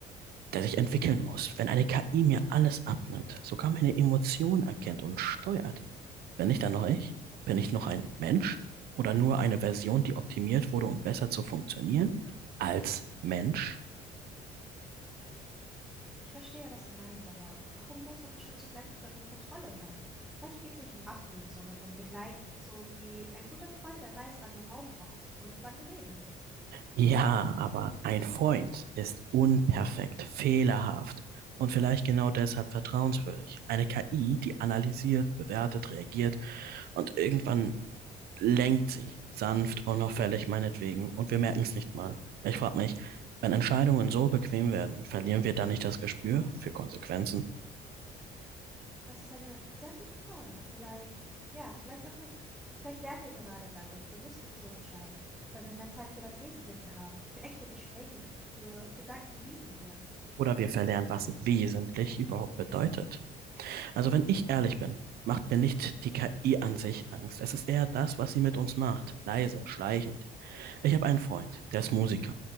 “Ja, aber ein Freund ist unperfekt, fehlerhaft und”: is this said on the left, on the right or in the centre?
Right